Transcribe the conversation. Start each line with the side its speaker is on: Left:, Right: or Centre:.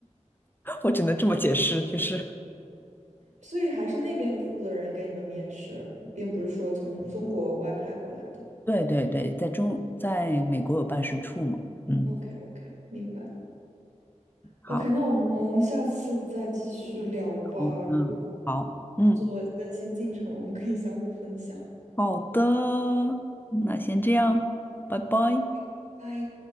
Left: <laughs> 我只能这么解释，就是，
Right: 所以还是那边的负责人给你们面试，并不是说从中国外派过来的。
Left: 对对对，在中在美国有办事处嘛，嗯，
Right: OK OK，明白。
Left: 好，
Right: OK，那我们下次再继续聊吧。
Left: 好，
Right: 如果有
Left: 嗯，好，嗯，
Right: 做更新进程，我们可以相互分享。
Left: 好的，那先这样，拜拜。
Right: OK，拜。